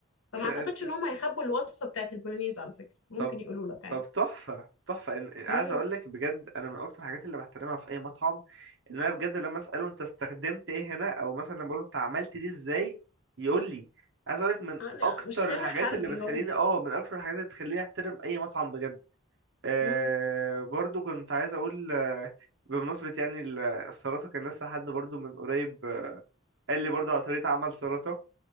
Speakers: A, on the left; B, on the right.
A: فما
B: <laughs>
A: اعتقدش ان هم هيخبوا الوصفه بتاعت البولونيز على فكره ممكن
B: طب
A: يقولوا لك عادي
B: طب تحفه تحفه إن... عايز
A: امم
B: اقول لك بجد انا من اكتر الحاجات اللي بحترمها في اي مطعم ان انا بجد لما اساله انت استخدمت ايه هنا او مثلا لما بقول له انت عملت دي ازاي يقول لي عايز اقول لك من
A: آه، لا،
B: اكتر
A: مش سر
B: الحاجات
A: حربي
B: اللي بتخليني
A: هو
B: اه من اكتر الحاجات اللي بتخليني احترم اي مطعم بجد آه
A: امم
B: برضو كنت عايز اقول آه، بمناسبة يعني ال- السلطة كان لسه حد برضو من قريب قال لي برضه على طريقة عمل سلطة